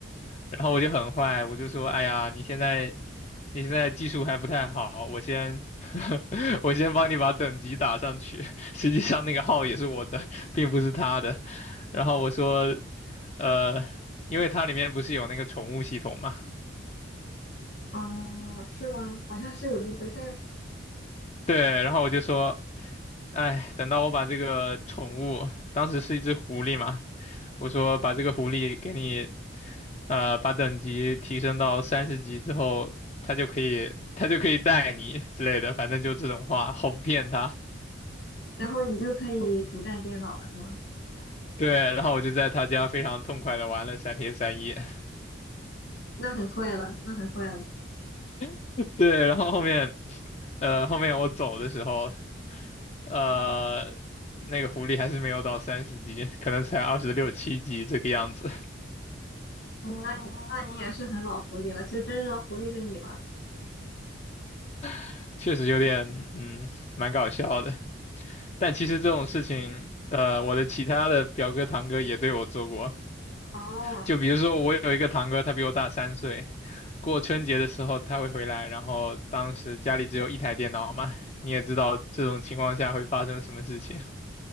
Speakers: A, on the left (about 35°); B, on the left (about 75°).
A: 然后我就很坏，我就说，哎呀，你现在你现在技术还不太好，我先 <laughs> 我先帮你把等级打上去。实际上那个号也是我的，并不是他的。然后我说，呃，因为它里面不是有那个宠物系统嘛，
B: 啊，啊是吗？好像是有这么回事儿。
A: 对。然后我就说，哎，等到我把这个宠物，当时是一只狐狸嘛，我说把这个狐狸给你，呃，把等级提升到三十级之后，它就可以，它就可以带你之类的，反正就这种话，哄骗他。
B: 然后你就可以独占电脑了，是吗？
A: <laughs> 对，然后我就在他家非常痛快的玩了三天三夜。
B: 那很坏了，那很坏了。
A: <laughs> 对，然后后面，呃，后面我走的时候，呃，那个狐狸还是没有到三十级，可能才二十六七级这个样子，
B: 嗯那你那你也是很老狐狸了。其实真正的狐狸是你吧？
A: <laughs> 确实有点，嗯，蛮搞笑的。但其实这种事情，呃，我的其他的表哥堂哥也对我做过，
B: 哦，
A: 就比如说我有一个堂哥，他比我大三岁，过春节的时候他会回来，然后当时家里只有一台电脑嘛，你也知道这种情况下会发生什么事情。